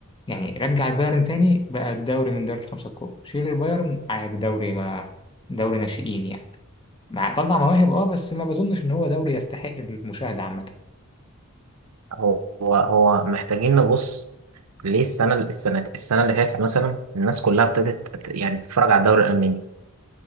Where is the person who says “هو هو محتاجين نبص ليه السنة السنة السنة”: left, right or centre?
Right